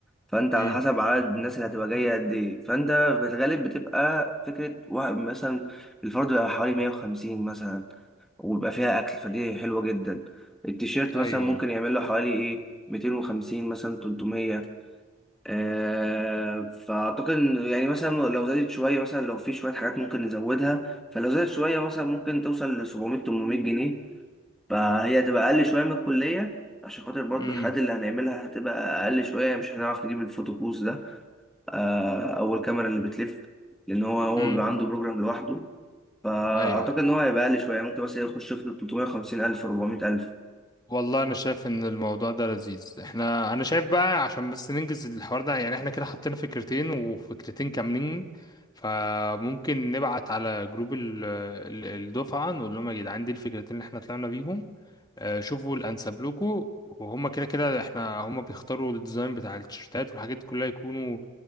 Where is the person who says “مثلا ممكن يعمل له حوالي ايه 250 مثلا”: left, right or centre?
Centre